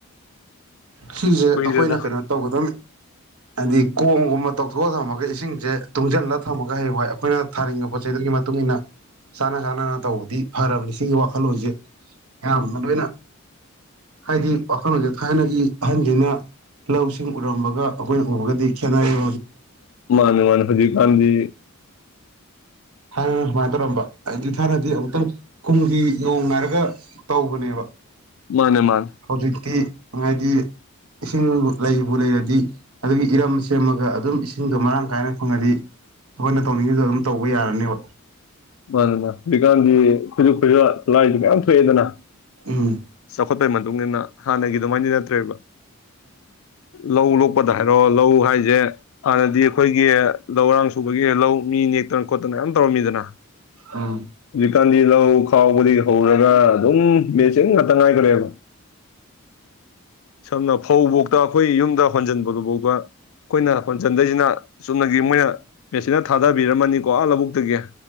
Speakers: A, on the right (about 80°); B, on the left (about 65°).
A: ꯁꯤꯁꯦ
B: ꯀꯨꯏꯔꯦꯗ
A: ꯑꯩꯈꯣꯏꯅ ꯀꯩꯅꯣ ꯇꯧꯒꯗꯝꯕꯅꯤ ꯍꯥꯏꯗꯤ ꯀꯣꯝꯒꯨꯝꯕ ꯇꯧꯊꯣꯛꯑꯒꯝ ꯑꯗꯨꯒ ꯏꯁꯤꯡꯁꯦ ꯇꯨꯡꯁꯤꯜꯂꯒ ꯊꯝꯃꯒ ꯍꯌꯦꯡꯏ ꯑꯩꯈꯣꯏꯅ ꯊꯥꯅꯤꯡꯉꯕ ꯄꯣꯠ ꯆꯩꯗꯨꯒꯤ ꯃꯇꯨꯡ ꯏꯟꯅ ꯆꯥꯅ ꯆꯥꯅꯅ ꯇꯧꯕꯗꯤ ꯐꯔꯕꯅꯤ ꯁꯤꯒꯤ ꯋꯥꯈꯜꯂꯣꯟꯁꯦ ꯌꯥꯣꯕꯩꯅ ꯍꯥꯏꯗꯤ ꯋꯥꯈꯜꯂꯣꯟꯁꯦ ꯊꯥꯏꯅꯒꯤ ꯑꯍꯟꯁꯤꯅ ꯂꯧꯁꯤꯡ ꯎꯔꯝꯕꯒ ꯑꯩꯈꯣꯏꯅ ꯎꯕꯒꯗꯤ ꯈꯦꯅꯒꯤ
B: ꯃꯥꯅꯦ ꯃꯥꯅꯦ ꯍꯧꯖꯤ ꯈꯥꯟꯖꯤ
A: ꯍꯥꯏ ꯁꯨꯃꯥꯏꯅ ꯇꯧꯔꯝꯕ ꯑꯩꯗꯤ ꯊꯥꯅꯗꯤ ꯑꯃꯨꯛꯇꯪ ꯀꯨꯝꯒꯤ ꯅꯣꯡ ꯅꯥꯏꯔꯒ ꯇꯧꯕꯅꯦꯕ
B: ꯃꯥꯅꯦ ꯃꯥꯅꯦ
A: ꯍꯧꯖꯤꯛꯇꯤ ꯉꯥꯏꯗꯤ ꯏꯁꯤꯡ ꯂꯩꯕꯨ ꯂꯩꯔꯗꯤ ꯑꯗꯨꯗꯒꯤ ꯏꯔꯝ ꯁꯦꯝꯃꯒ ꯑꯗꯨꯝ ꯏꯁꯤꯡꯗꯣ ꯃꯔꯥꯡ ꯀꯥꯏꯅ ꯐꯪꯉꯗꯤ ꯑꯩꯈꯣꯏꯅ ꯇꯧꯅꯤꯡꯉꯤꯗꯣ ꯑꯗꯨꯝ ꯇꯧꯕ ꯌꯥꯔꯅꯦꯕ
B: ꯃꯥꯅꯤ ꯃꯥ ꯍꯧꯖꯤꯛꯀꯥꯟꯗꯤ ꯈꯨꯁꯨꯛ ꯈꯨꯁꯨ ꯂꯥꯏꯁꯨ ꯃꯌꯥꯝ ꯊꯣꯛꯑꯦꯗꯅ
A: ꯎꯝ
B: ꯈꯣꯠꯄꯒꯤ ꯃꯇꯨꯡ ꯏꯟꯅ ꯍꯥꯟꯅꯒꯤ ꯑꯗꯨꯃꯥꯏꯗꯤ ꯅꯠꯇ꯭ꯔꯦꯕ ꯂꯧ ꯂꯣꯀ <unintelligible> ꯍꯥꯏꯔꯣ ꯂꯧ ꯍꯥꯏꯁꯦ ꯍꯥꯟꯅꯗꯤ ꯑꯩꯈꯣꯏꯒꯤ ꯂꯧꯔꯥꯡ ꯁꯨꯕꯒꯤ ꯂꯧ ꯃꯤ ꯅꯦꯛꯇꯅ ꯈꯣꯠꯇꯅ ꯌꯥꯝ ꯇꯧꯔꯝꯃꯤꯗꯅ
A: ꯑ
B: ꯀꯥꯟꯗꯤ ꯂꯧ ꯈꯥꯎꯕꯗꯩꯩ ꯍꯧꯔꯒ ꯑꯗꯨꯝ ꯃꯦꯆꯤꯟ ꯇ ꯉꯥꯏꯐꯗꯔꯦꯕ ꯁꯝꯅ ꯐꯧ ꯇ ꯑꯩꯈꯣꯏ ꯌꯨꯝꯗ ꯍꯣꯟꯖꯟꯕꯗꯨꯐꯥꯎꯗ ꯑꯩꯈꯣꯏꯅ ꯍꯣꯟꯆꯟꯗꯣꯏꯁꯤꯅ ꯆꯨꯝꯅꯒꯤ ꯃꯣꯏꯅ ꯄꯦꯆꯤꯅꯥ ꯊꯥꯗꯕꯤꯔꯝꯃꯅꯤꯀꯣ ꯑ ꯂꯧꯕꯨꯛꯇꯒꯤ